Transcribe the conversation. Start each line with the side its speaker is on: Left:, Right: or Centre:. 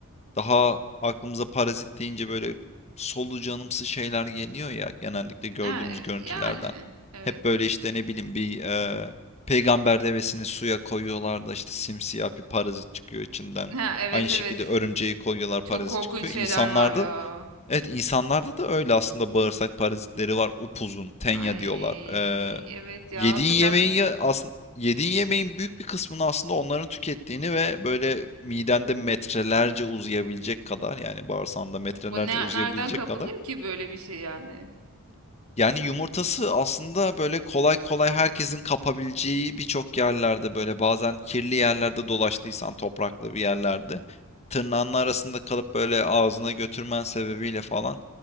Left: Daha aklımıza parazit deyince böyle solucanımsı şeyler geliyor ya genellikle gördüğümüz
Right: Ha, e,
Left: görüntülerden.
Right: yani evet.
Left: Hep böyle işte ne bileyim bir e, peygamber devesini suya koyuyorlar da işte simsiyah bir parazit çıkıyor içinden.
Right: <laughs> Ha, evet
Left: Aynı şekilde
Right: evet.
Left: örümceği koyuyorlar parazit
Right: Çok korkunç
Left: çıkıyor.
Right: şeyler
Left: İnsanlarda
Right: var ya.
Left: evet insanlarda da öyle aslında bağırsak parazitleri var upuzun tenya
Right: Ay
Left: diyorlar. E,
Right: evet ya
Left: Yediğin
Right: hatırlat.
Left: yemeğin ya aslında yediğin yemeğin büyük bir kısmını aslında onların tükettiğini ve böyle midende metrelerce uzayabilecek kadar yani bağırsağında metrelerce
Right: Bu ne,
Left: uzayabilecek
Right: nereden kapılır
Left: kadar
Right: ki böyle bir şey yani?
Left: yani yumurtası aslında böyle kolay kolay herkesin kapabileceği birçok yerlerde böyle bazen kirli yerlerde dolaştıysan topraklı bir yerlerde tırnağının arasında kalıp böyle ağzına götürmen sebebiyle falan